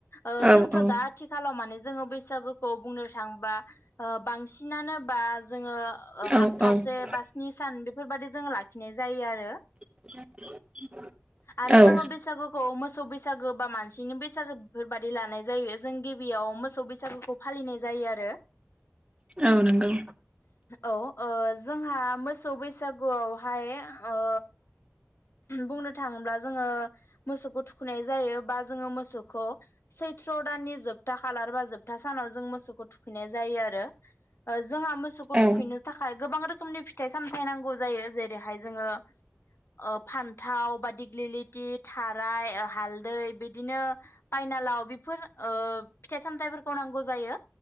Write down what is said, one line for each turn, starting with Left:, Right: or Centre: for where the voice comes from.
Left: ओ
Right: औ
Left: जोंथ'
Right: औ
Left: दा आथि खालाव माने जोङो बैसागुखौ बुंनो थाङोबा ओ बांसिनानो बा जोङो ओ
Right: औ
Left: हाबथासे
Right: औ
Left: बा स्नि सान बेफोरबादि जोङो लाखिनाय जायो आरो।
Right: <inaudible>
Left: आरो
Right: औ
Left: जोङो बैसागु खौ मोसौ बैसागो बा मानसिनि बैसागो बेफोरबायदि लानाय जायो जों गिबियाव मोसौ बैसागुखौ फालिनाय जायो आरो।
Right: औ नंगौ।
Left: औ ओ जोंहा मोसौ बैसागुआवहाय ओ बुंनो थाङोब्ला जोङो मोसौखौ थु खैनाय जायो बा जोङो मोसौखौ सैथ्र' दाननि जोब जोबथा खालार बा जोबथा सानाव जों मोसौखौ थुखैनाय जायो आरो ओ जोंहा मोसौखौ
Right: औ
Left: थुखैनो थाखाय गोबां रोखोमनि फिथाइ सामथाय नांगौ जायो जेरैहाय जोङो ओ फान थाव बा दिग्लिलिथि थाराय हालदै बिदिनो फाइनालाव बेफोर ओ फिथाइ सामथाइफोरखौ नांगौ जायो।